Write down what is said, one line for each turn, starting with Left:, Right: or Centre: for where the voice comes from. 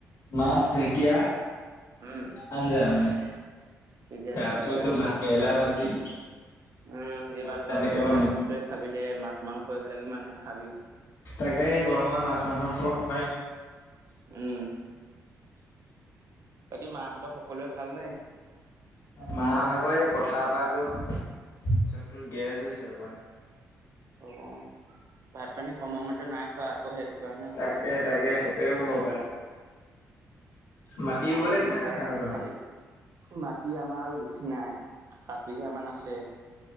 Left: মাছ ঢেকীয়া
Right: উম
Left: আঞ্জা মানে
Right: ঠিকে আছে
Left: তাৰপিছতোৰ
Right: ঠিকে আছে।
Left: ভাত কেৰেলা ভাজি
Right: উম যিমান
Left: তেনেকে
Right: পাৰো এইবিলাক
Left: বনাইছে।
Right: বস্তুৱে খাবি দে মাছ মাংস এইবিলাক ইমান নাখাবিও
Left: তাকে এই গৰমত মাছ মাংস খাব নোৱাৰি আৰু
Right: উম বাকী মাহত সকলোৱে ভাল নে
Left: মাহ ভাগৰ এই পথাৰ পৰা গৈ পিছত তোৰ গেছ হৈছে অকমান
Right: অ ভাত পানী সময়মতে নাই খোৱা আকৌ সেইটো কাৰণে হৈছে।
Left: তাকে তাকে সেইটোয়ে হ'ব পাৰে মাটি
Right: সময়টো
Left: ৰুবলৈ কিমান
Right: মিলাই
Left: আছে
Right: মেলি
Left: আৰু তহঁতৰ?
Right: খাবি মাটি আমাৰ বেছি নাই সাত বিঘা মান আ ছে